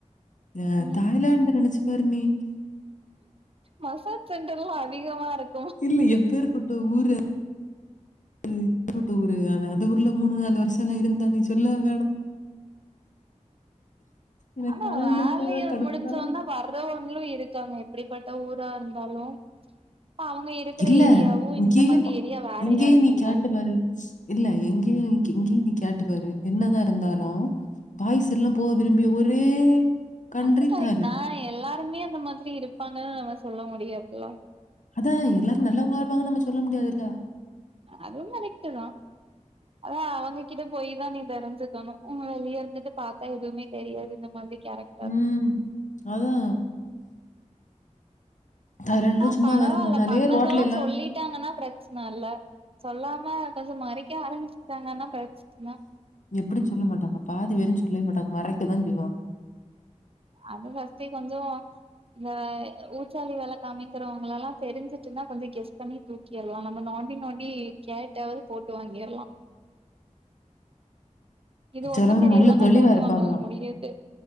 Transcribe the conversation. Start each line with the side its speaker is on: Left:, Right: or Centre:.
Left: அ
Right: ம்
Left: தாய்லான்ட நெனைச்சு பாரு நீ
Right: மசாஜ் சென்டர்ல்லா அதிகமா இருக்
Left: இல்ல எப்பேர் பட்ட ஊரு <unintelligible> ஊரு வே அந்த ஊருல மூணு நாலு வருஷம்ல்லா இருந்தா நீ சொல்ல வேணு எனக்கு
Right: ஆனா
Left: அத
Right: வேலய
Left: நெனச்சா தான் கடுப்பா
Right: முடிஞ்சவனே வர்றவங்களு இருக்காங்க எப்படிப்பட்ட ஊரா இருந்தாலு அப்ப அவங்க இருக்கிற
Left: இல்ல
Right: ஏரியாவு
Left: இங்கேயே
Right: இந்த மாதிரி
Left: ப-
Right: ஏரியா வேறயா
Left: இங்கேயே
Right: இருக்குங்க
Left: <inaudible> இல்ல எங்கயு நீ எங்கயு நீ கேட்டு பாரு என்னதா இருந்தாலு பாய்ஸ் எல்லா போக விரும்பிய ஒரே கண்ட்ரி
Right: அது கரெக்ட்
Left: தாய்லாந்து
Right: தா எல்லாருமே அந்த மாதிரி இருப்பாங்கன்னு நம்ம சொல்ல முடியாதுல
Left: அது எல்லாரு நல்லவங்களா இருப்பாங்கனு நம்ம சொல்ல முடியாதுல்ல
Right: அதுவு கரெக்ட் தா அதா அவங்ககிட்ட போய் தா நீ தெரிஞ்சுக்கணு உங்க வியர்ந்துட்டு பாத்தே எதுவுமே தெரியாது இந்த மாரி கேரக்
Left: ம் அதா தாய்லாந்துல
Right: அ
Left: சும்மா
Right: பரவாயில்ல
Left: வேற போனாலே
Right: பண்ணதெல்லா
Left: ரோட்ல எல்லாம்
Right: சொல்லிட்டாங்கன்னா பிரச்சன இல்ல சொல்லாம கொஞ்சோ மறைக்க ஆரம்பிச்சிட்டாங்கன்னா பிரச்சன
Left: எப்டின்னு சொல்ல மாட்டாங்க பாதி வேரு சொல்லவே மாட்டாங்க மறைக்க தா செய்வாங்க
Right: அது ஜாஸ்தி கொஞ்சோ இந்த ஊச்சாலி வேல காமிக்கிறவங்கள எல்லா தெரிஞ்சிட்டுனா கொஞ்சோ கெஸ் பண்ணி தூக்கிரலா நம்ம நோண்டி நோண்டி கேட்டாவது போட்டு வாங்கிரலா இது
Left: செலவுனுங்க
Right: ஒண்ணு தெரியலன்னா
Left: நல்ல தெளிவா
Right: போட்டு
Left: இருப்பானுவோ
Right: வாங்கவு முடியாது